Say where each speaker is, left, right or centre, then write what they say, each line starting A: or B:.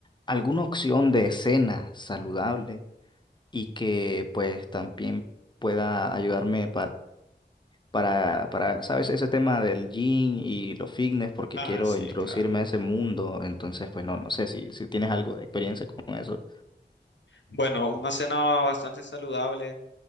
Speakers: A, on the left; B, on the left.
A: alguna opción de cena saludable y que pues también pueda ayudarme para, para, ¿sabes? Ese tema del gym y los fitness, porque
B: Ah,
A: quiero
B: sí,
A: introducirme
B: claro.
A: a ese mundo. Entonces, pues no, no sé si, si tienes algo de experiencia con eso.
B: Bueno, una cena bastante saludable,